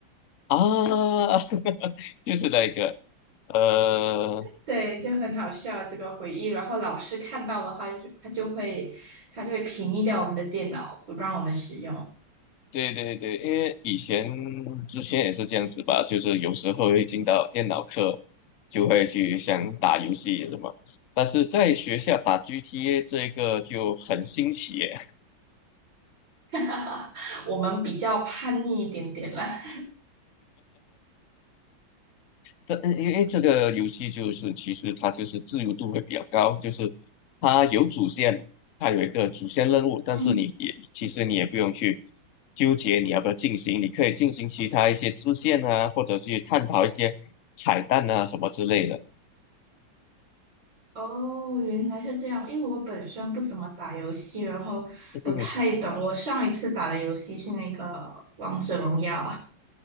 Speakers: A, on the left; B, on the right.
A: 啊，<laughs> 就是那个，呃，
B: <laughs> 对，就很好笑这个回忆。然后老师看到的话，就他就会他就会屏蔽掉我们的电脑，不让我们使用。
A: 对对对，因为以前之前也是这样子吧，就是有时候会进到电脑课，就会去想打游戏什么，但是在学校打 GTA 这个就很新奇耶
B: <laughs> 我们比较叛逆一点点啦。
A: 对，嗯因为这个游戏就是其实它就是自由度会比较高，就是它有主线，它有一个主线任务，
B: <laughs>
A: 但是你也其实你也不用去
B: 嗯。
A: 纠结你要不要进行，你可以进行其他一些支线啊，或者去探讨一些彩蛋啊什么之类的。
B: 哦，原来是这样。因为我本身不怎么打游戏，然后不太懂。
A: 嗯，
B: 我上一次打的游戏是那个《王者荣耀》，